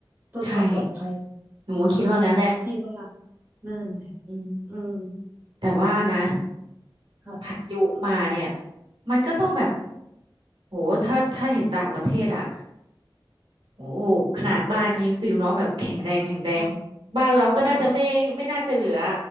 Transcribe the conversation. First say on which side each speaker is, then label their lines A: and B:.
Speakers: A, on the right; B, on the right.
A: เพื่อความปลอดภัย
B: ใช่หนูก็คิดว่างั้นแหละ
A: เออพี่ว่านั่นเลย
B: อืม
A: อืม
B: แต่ว่านะ
A: ค่ะ
B: พายุมาเนี่ยมันก็ต้องแบบโหถ้าถ้าเห็นต่างประเทศอ่ะโอ้ขนาดบ้านเขายังปลิวเนาะแบบแข็งแรงแข็งแรง
A: ค่ะ
B: บ้านเราก็น่าจะไม่ไม่น่าจะเหลือ
A: ค่ะ